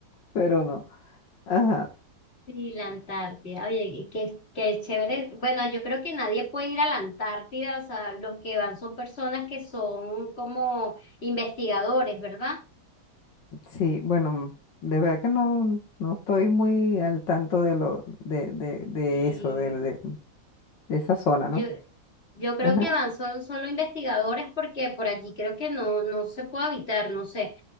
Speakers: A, on the left; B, on the left.
A: pero no. Ajá,
B: Sí, la Antártida. Oye, y qué, qué chévere. Bueno, yo creo que nadie puede ir a la Antártida, o sea, los que van son personas que son como investigadores, ¿verdad?
A: sí, bueno, de verdad que no, no estoy muy al tanto de lo, de, de, de
B: Sí,
A: eso, del- de, de esa zona,
B: Yo,
A: ¿no?
B: yo creo
A: Ajá.
B: que van son solo investigadores porque por allí creo que no, no se puede habitar, no sé.